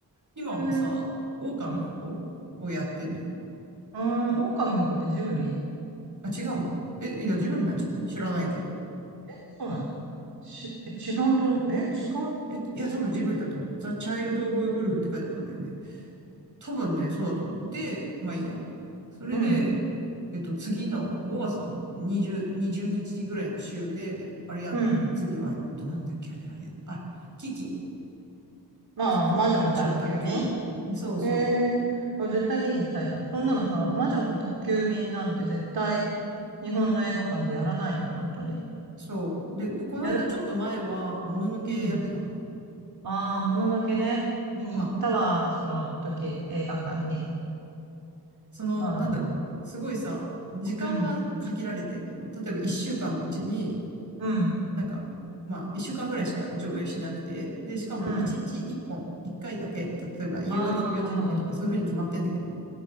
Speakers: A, on the right; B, on the right.
A: 今はさ、
B: ー、
A: 狼の子をやってんのよ。
B: うん。ああ狼の子ってジブリ
A: あ、違うのえ、いや、ジブリなんじゃない知らないけど。
B: え、そうなのし、え、違うと、え、違う、
A: え、いや、多分ジブリだと思う。
B: 違う。
A: ザ・チャイルド・オブ・ウルフって書いてあったんだよね。多分ね、そうだと思う。で、まあいいや。それで、
B: うん、
A: えっと、次の5月の20、20日ぐらいの週で、あれやんだよね。
B: うん。
A: 次は、えっと、なんだっけ、あれあれ。あ、キキ、
B: まあ、
A: キキ、
B: 魔女の宅急便
A: 魔女の宅急便。そうそう。
B: えー、あ絶対見に行きたいじゃん。そんなのさ、
A: そうん
B: 魔女の宅急便なんて絶対、日本の映画館でやらないもん、本当に。
A: そう。で、この間ちょっと前は、
B: やる。
A: もののけやってたの。
B: うん。ああ、もののけね。見に行ったわ、
A: まあ、
B: その時、映画館に。
A: その、
B: うん。
A: なんだろう。すごいさ、時間は限られてんのよ。
B: うん。
A: 例えば1週間のうちに、
B: うん。
A: なんか、まあ、1週間ぐらいしか上映しなくて、で、しかも1日1本、
B: うん。
A: 1回だけ、例えば夕方の4時だけとか、
B: ああ、なるほど。
A: そういうふうに決まってんだけど、